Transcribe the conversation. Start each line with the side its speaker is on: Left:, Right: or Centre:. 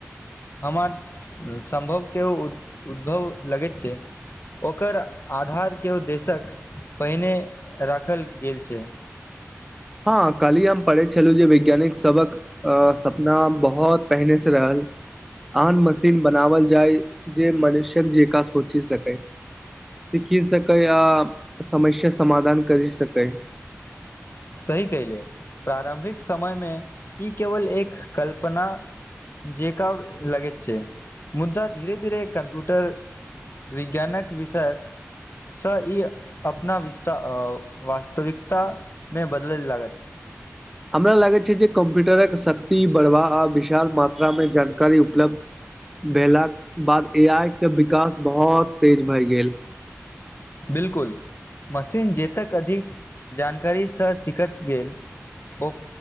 Left: हमर सम्भव केओ उद्भव लगैत छै ओकर आधार के उद्येसक पहिने राखल गेल छै।
Centre: हँ काली हम पढ़ै छलु जे वैज्ञानिक सबक अ सपना बहुत पहिने से रहल आन मशीन बनावल जाय जे मनुष्यक जेका सोचि सकै। सीखि सकै आओ समस्या समाधान करि सकै।
Left: सही कैले प्रारम्भिक समय मे ई केवल एक कल्पना जेकब लगैत छै। मुद्दा धीरे-धीरे कम्प्यूटर विज्ञानक विषयक सँ ई अपना विस्तार वास्तविकतामे बदलय लागत।
Centre: हमरा लागे छै जे कम्प्यूटरक शक्ति बढ़वा आ विशाल मात्रा में जानकारी उपलब्ध भेलाक बाद ए आई के विकास बहुत तेज भए गेल।
Left: बिल्कुल मशीन जेतक अधिक जानकारीसँ सीखैत गेल ओ